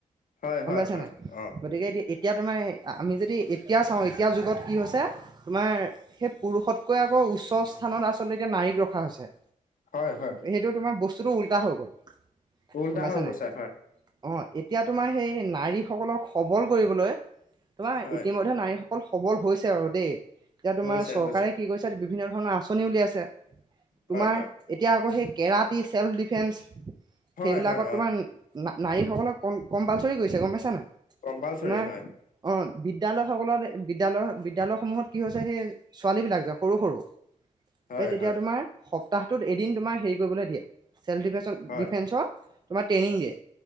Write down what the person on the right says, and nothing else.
গম
পাইছা
নাই?
গতিকে, এতিয়া এতিয়া তোমাৰ, আমি যদি এতিয়া চাওঁ, এতিয়াৰ যুগত কি হৈছে! তোমাৰ, সেই পুৰুষতকৈ আকৌ, উচ্চ স্থানত আচলতে এতিয়া, নাৰীক ৰখ ৰখা হৈছে।
সেইটো তোমাৰ, বস্তুটো উল্টা হৈ গ'ল।
গম পাইছা
নাই?
অ'! এতিয়া তোমাৰ, সেই নাৰীসকলক সবল কৰিবলৈ তোমাৰ,
ইতিমধ্যে নাৰীসকল সবল হৈছে বাৰু দেই। এতিয়া, তোমাৰ
চৰকাৰে
কি কৰিছে, বিভিন্ন ধৰণৰ আঁচনিও উলিয়াইছে। তোমাৰ
এতিয়া আকৌ সেই কেৰাটী, চেল্ফ ডিফেন্স,
সেইবিলাকত
তোমাৰ
না নাৰীসকলক ক কম্পালচৰি কৰিছে গম পাইছা নাই
তোমাৰ
অ বিদ্যালয়সকলত বিদ্যালয় বিদ্যালয়সমূহত কি হৈছে সেই ছোৱালীবলাক যে সৰু সৰু
এই তেতিয়া
তোমাৰ সপ্তাহটোত এদিন তোমাৰ হেৰি কৰিবলৈ দিয়ে, চেল্ফ ডিফেন্সত
ডিফেন্সৰ তোমাৰ ট্ৰেইনিং দিয়ে,